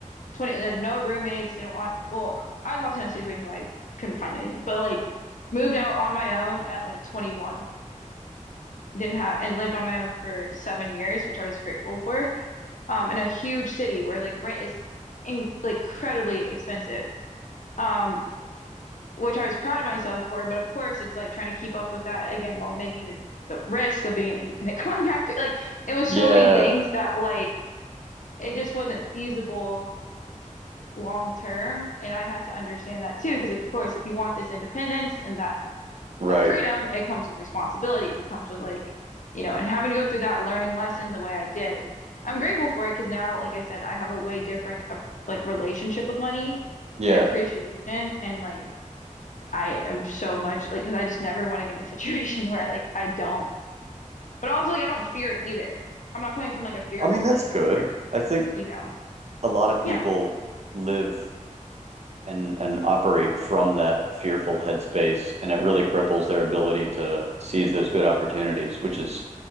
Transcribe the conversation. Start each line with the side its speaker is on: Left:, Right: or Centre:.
Left: 20 like no roommates didn't want well I was also in a situation where I couldn't find any but like moved out on my own at like 21 didn't have and lived on my own for seven years which I was grateful for um in a huge city where like rent is in, like incredibly expensive um which I was proud of myself for but of course it's like trying to keep up with that again while making the the risk of being an independent <laughs> contractor like it was
Right: yeah
Left: so many things that like it just wasn't feasible long term. And I had to understand that too, because of course, if you want this independence and that
Right: Right.
Left: that freedom, it comes with responsibilities. It comes with like, you know, and having to go through that learning lesson the way I did. I'm grateful for it because now, like I said, I have a way different uh, like relationship with money
Right: Yeah.
Left: and appreciation and like I am so much like because I just never want to get in a <laughs> situation where like I don't, but also like I don't fear it either. I'm not coming from like a fearful
Right: I mean, that's
Left: place
Right: good.
Left: where,
Right: I think
Left: you know,
Right: a lot of people
Left: yeah,
Right: live and and operate from that fearful headspace, and it really cripples their ability to seize those good opportunities, which is